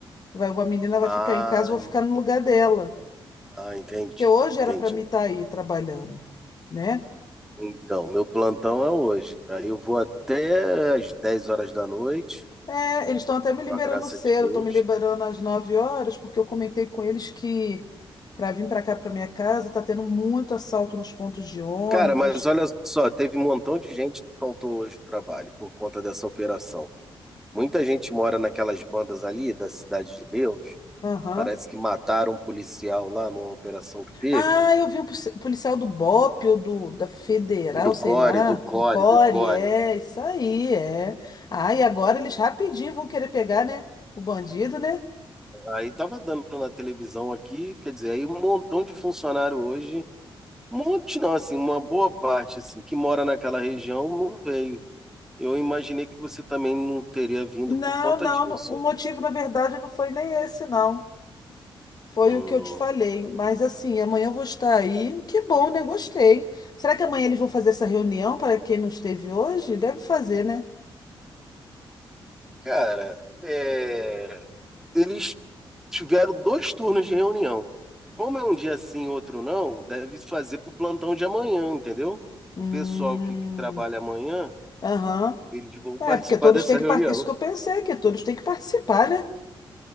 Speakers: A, on the left (about 45°); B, in the centre.
A: Vai, uma menina
B: Ah,
A: vai ficar em casa, eu
B: en-
A: vou ficar no lugar dela.
B: ah, entendi,
A: Porque hoje era
B: entendi.
A: para mim estar aí trabalhando, né?
B: Então, meu plantão é hoje. Aí eu vou até às 10 horas da noite,
A: É, eles estão até me liberando
B: com a graça
A: cedo,
B: de Deus.
A: estão me liberando às 9 horas, porque eu comentei com eles que para vir para cá, para minha casa, tá tendo muito assalto nos pontos de ônibus.
B: Cara, mas olha só, teve um montão de gente que faltou hoje o trabalho por conta dessa operação. Muita gente mora naquelas bandas ali da Cidade de Deus,
A: Aham.
B: Parece que mataram um policial lá numa operação que teve.
A: Ah, eu vi um polici- policial do BOP ou do, da Federal,
B: Do
A: sei
B: Core,
A: lá,
B: do Core,
A: do CORE,
B: do Core.
A: é, isso aí, é. Ah, e agora eles rapidinho vão querer pegar, né? O bandido, né?
B: Aí tava dando na televisão aqui, quer dizer, aí um montão de funcionário hoje, um monte não, assim, uma boa parte, assim, que mora naquela região não veio. Eu imaginei que você também não teria vindo
A: Não,
B: por conta
A: não,
B: disso.
A: no- o motivo, na verdade, não foi nem esse, não. Foi
B: Hum,
A: o que eu te falei. Mas assim, amanhã eu vou estar aí. Que bom, né? Gostei. Será que amanhã eles vão fazer essa reunião para quem não esteve hoje? Deve fazer, né?
B: cara, é, eles tiveram dois turnos de reunião. Como é um dia sim, outro não, deve fazer para o plantão de amanhã, entendeu? O
A: Hum.
B: pessoal que, que trabalha amanhã,
A: Aham.
B: eles vão <laughs>
A: É,
B: participar
A: porque todos
B: dessa
A: têm que
B: reunião.
A: participar. Isso que eu pensei, que todos têm que participar, né?